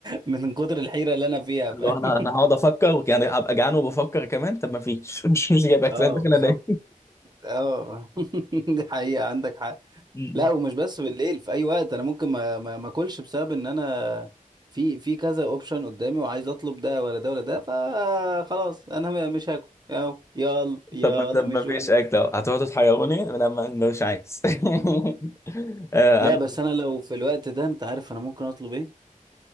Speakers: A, on the right; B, on the left.
A: من كتر الحيره اللي انا فيها
B: اللي
A: فاهم؟
B: هو انا انا هقعد افكر يعني هبقى جعان وبفكر كمان طب ما فيش <laughs> مش مش جايب اكل
A: اه
B: انا داخل
A: بالظبط
B: انام
A: اه <laughs> دي حقيقه عندك حق
B: أمم.
A: لا ومش بس بالليل في اي وقت انا ممكن ما ما ما اكلش بسبب ان انا في في كذا اوبشن قدامي وعايز اطلب ده ولا ده ولا ده فخلاص انا م- مش هاكل اهو يلا يلا
B: طب ما طب
A: مش
B: ما فيش
A: واقف
B: اكل اهو هتقعدوا تحيروني لما مش عايز <laughs> آه،
A: لا
B: انا
A: بس انا لو في الوقت ده انت عارف انا ممكن اطلب ايه